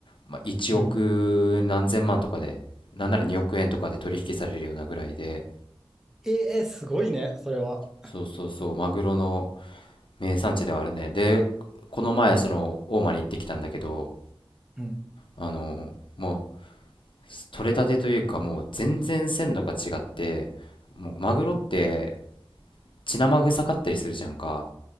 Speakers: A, on the left; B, in the centre.
A: まあ、1億何千万とかで、
B: うん
A: なんなら2億円とかで取引されるようなぐらいで、
B: ええすごいね、それは。
A: そうそうそう、マグロの名産地ではあるね。で、この前、その、大間に行ってきたんだけど、
B: うん。
A: あのもう、取れたてというか、もう全然鮮度が違って、もう、マグロって、血生臭かったりするじゃんか。